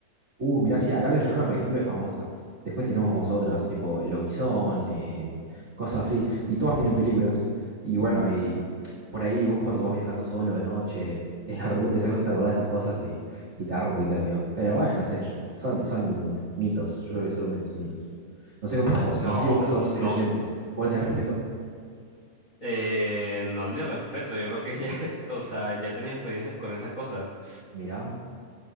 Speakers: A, on the right (about 65°); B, on the left (about 65°).
A: Uh, mirá, sí, acá la Llorona, por ejemplo, es famosa. Después tenemos otras, tipo El Lobizón, eh, cosas así. Y todas tienen películas. Y bueno, y por ahí vos cuando vas viajando solo de noche, en la ruta y esas cosas, te acordás de esas cosas y, y te agarra un poquito de miedo. Pero bueno, no sé, son, son mitos. Yo creo que solamente son mitos. No sé qué opinás vos.
B: No,
A: No sé si vos sos
B: no.
A: creyente. ¿Vos tenés respeto?
B: Eh, no, ni respeto, yo creo que ya, <laughs> o sea, ya he tenido experiencias con esas cosas.
A: Mirá.